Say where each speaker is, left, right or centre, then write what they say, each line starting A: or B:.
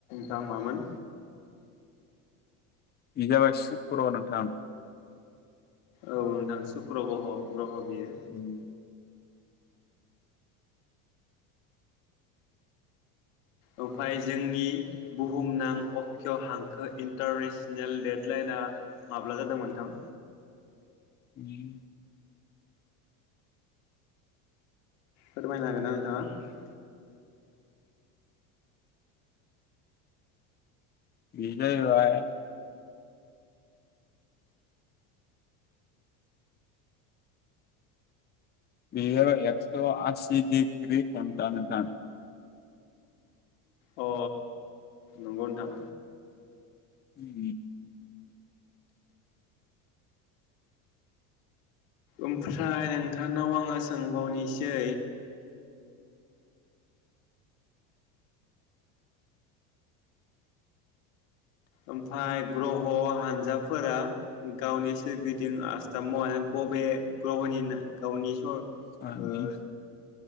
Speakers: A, on the left; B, on the left.
A: दा मामोन।
B: इ जाबाय सुक्र नोंथां।
A: औ नोंथां सुक्र गह' ग्रह' बियो
B: ओम
A: ओमफाय जोंनि बुहुमनां अक्षिय' हांखो इन्टाररेस नेल देडलाइना माब्ला जादों नोंथां?
B: उम
A: फोरमायनो हागोनना नोंथाङा?
B: बिनोबाय बियो एकस्ट्र'आसि दिग्रि घण्टा नोंथां।
A: अ नंगौ नोंथां।
B: उम
A: ओमफ्राय थांनाव आङो सोंबावनिसै ओमफाय ग्रह' हानजाफोरा गावनि सोरगिदिं आस्थामावहाय बबे ग्रह'नि नो गावनि स ओ
B: साननि